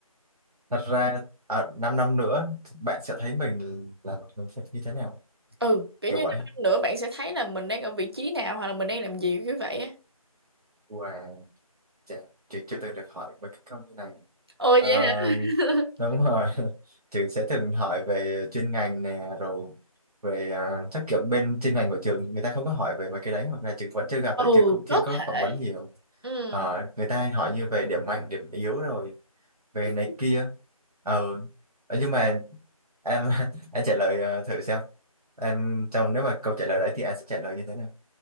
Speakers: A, on the right; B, on the right.
A: thật ra à, 5 năm năm nữa bạn sẽ thấy mình là một người như thế nào
B: Ừ, kiểu
A: kiểu
B: như
A: vậy
B: 5 năm nữa bạn sẽ thấy là mình đang ở vị trí nào hoặc là mình đang làm gì kiểu vậy á.
A: wow chà, trường chưa từng được hỏi về cái câu như này
B: Ồ
A: Ờ,
B: vậy hả? <laughs>
A: đúng rồi <laughs> trường sẽ thường hỏi về chuyên ngành nè rồi về à, chắc kiểu bên chuyên ngành của trường người ta không có hỏi về mấy cái đấy hoặc là trường vẫn chưa gặp
B: Ừ,
A: tại trường cũng chưa
B: có
A: có
B: thể.
A: phỏng vấn
B: <laughs>
A: nhiều
B: Ừ.
A: Ờ, người ta hay hỏi như về điểm mạnh điểm yếu rồi về này kia ờ Ờ, nhưng mà em <laughs> anh trả lời ờ, thử xem em trong nếu mà câu trả lời đấy thì anh sẽ trả lời như thế nào